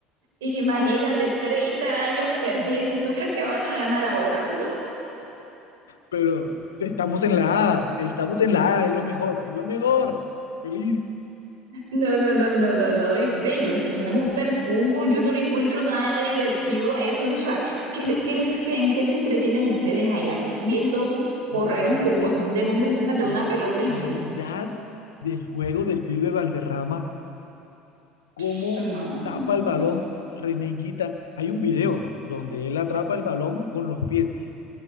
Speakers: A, on the right (about 75°); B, on the left (about 80°).
A: Imagínate, 30 años perdiendo y tú crees que van a ganar ahora. No.
B: Pero estamos en la A, estamos en la A, es lo mejor, es lo mejor. Feliz.
A: No, no, no, no, no, no, yo- ve, yo, a mí no me gusta el fútbol, yo no le encuentro nada divertido a eso, o sea, ¿qué, se- crees que, en qué se entretienen ustedes allá? Viendo correr
B: Oye, ¿tú
A: un
B: no
A: pocotón
B: ves
A: de hombres tras de
B: la
A: una pelota y
B: calidad
A: no,
B: del juego del pibe Valderrama? ¿Cómo
A: pss, no,
B: tapa el
A: no,
B: balón Reneguita? Hay un video donde él atrapa el balón con los pies